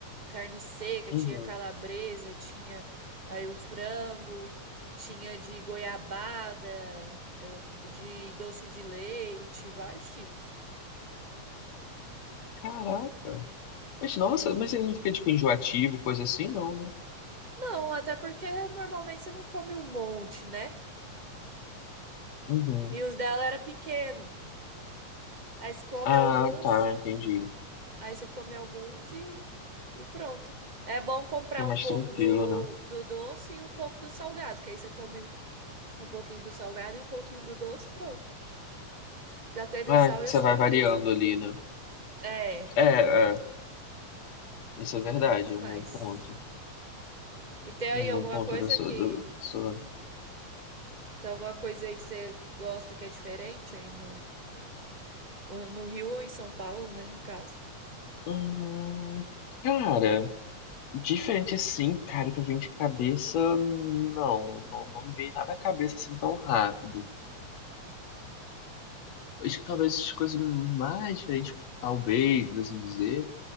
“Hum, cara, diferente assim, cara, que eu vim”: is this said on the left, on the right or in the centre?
Left